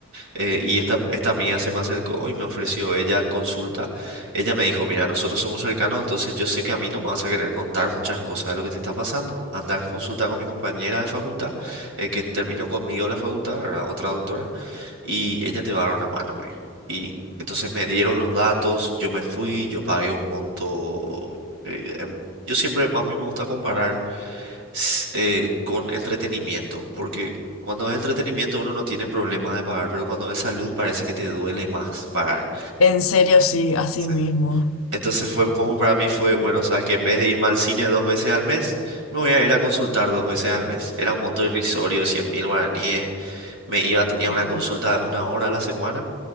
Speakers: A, on the right (about 65°); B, on the left (about 85°).
A: Eh, y esta, esta amiga se me acercó y me ofreció ella consulta. Ella me dijo, mira, nosotros somos cercanos, entonces yo sé que a mí no me vas a querer contar muchas cosas de lo que te está pasando. Anda a consultar con mi compañera de facultad, eh, que terminó conmigo la facultad, ¿verdad? Otra doctora, y ella te va a dar una mano, me dijo. Y entonces me dieron los datos, yo me fui, yo pagué un monto. eh, em- yo siempre, a mí me gusta comparar s- eh, con entretenimiento, porque cuando es entretenimiento uno no tiene problema de pagar, pero cuando es salud parece que te duele más pagar.
B: En serio, sí, así
A: Sí.
B: mismo.
A: Entonces fue como para mí fue, bueno, sabes que en vez de irme al cine dos veces al mes, me voy a ir a consultar dos veces al mes. Era un monto irrisorio, cien mil guaraníes. Me iba, tenía
B: Ujú,
A: una consulta una hora a la semana